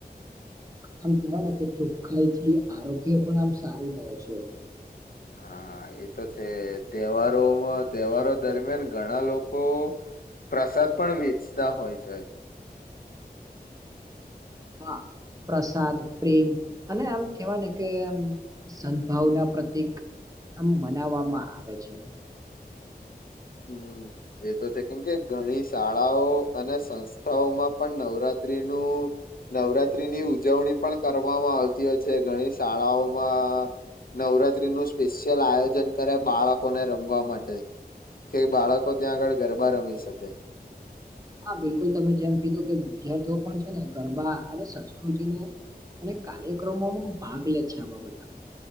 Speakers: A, on the right (about 20°); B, on the left (about 60°).
A: આમ કેવાય ને કે ચોખ્ખાઈથી આરોગ્ય પણ આમ સારું રહે છે.
B: હા, એતો છે તહેવારોમાં તહેવારો દરમિયાન ઘણા લોકો પ્રસાદ પણ વેચતા હોય છે.
A: હા પ્રસાદ પ્રેમ અને આમ કેવા ને કે આમ સદભાવના પ્રતિક આમ મનાવવામાં આવે છે.
B: હમ્મ એતો છે કેમ કે ઘણી શાળાઓ અને સંસ્થાઓમાં પણ નવરાત્રીનું નવરાત્રીની ઉજવણી પણ કરવામાં આવતી હોય છે ઘણી શાળાઓમાં નવરાત્રી નું સ્પેશિયલ આયોજન કરે બાળકોને રમવા માટે કે બાળકો ત્યાં આગળ ગરબા રમી શકે
A: હા બિલકુલ તમે જેમ કીધું કે વિદ્યાર્થીઓ પણ છે ને ગરબા અને સંસ્કૃતિને અને કાર્યક્રમોમાં ભાગ લે છે આવા બધા